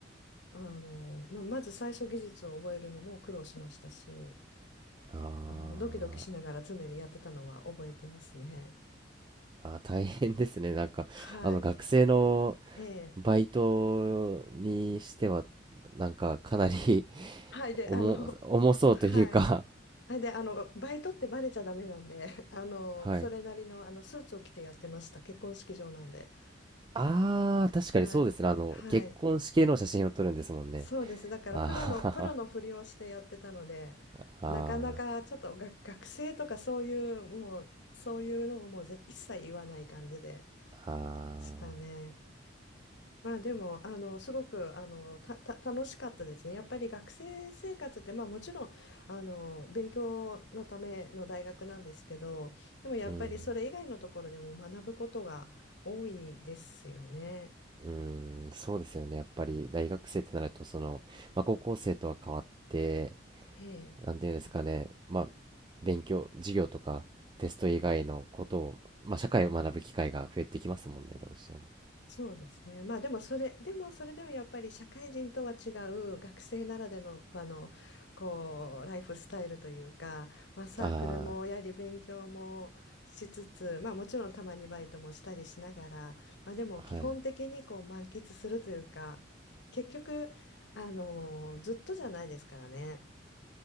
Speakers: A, on the left (about 65°); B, on the right (about 25°).
A: あ、あの、まあ、まず最初技術を覚えるのも苦労しましたし、
B: あー
A: あの、ドキドキしながら常にやってたのは覚えてますね。
B: あー、大変ですね。なんか、
A: はい。
B: あの、学生の
A: ええ。
B: バイトにしては、なんか、かなり
A: はい。
B: <laughs>
A: で、
B: 重、
A: あの、
B: 重そうというか
A: はい。あ、で、あの、バイトってバレちゃダメなんで、<laughs> あの、
B: はい。
A: それなりの、あの、スーツを着てやってました。結婚式場なんで。
B: ああ、確かにそうですね。
A: はい。
B: あの、
A: はい。
B: 結婚式の写真を撮るんですもんね。
A: そうです。だから、
B: あ
A: プロの、プロのふりをしてやってたので、
B: ー <laughs> あ
A: なかなかちょっとが学生とかそういう、もう、そういうのをもうぜ一切言わない感じで
B: ー、ああ、
A: したね。まあでも、あの、すごく、あの、た、た、楽しかったですね。やっぱり学生生活って、まあもちろん、あの、勉強のための大学なんですけど、でもやっぱりそれ以外のところでも学ぶことが多いですよね。
B: うん。うーん、そうですよね。やっぱり大学生ってなると、その、まあ、高校生とは変わって、
A: ええ
B: なんていうんですかね、まあ、勉強、授業とかテスト以外のことを、まあ、社会を学ぶ機会が増えてきますもんね、どうしても。
A: そうですね。まあでもそれ、でもそれでもやっぱり社会人とは違う学生ならでの、あの、こう、ライフスタイルというか、まあサークルもやはり勉強もしつつ、
B: あ
A: まあもちろんたまにバイトもしたりしながら、まあでも基本的にこう満喫するというか、
B: あ、はい。
A: 結局、あの、ずっとじゃないですからね。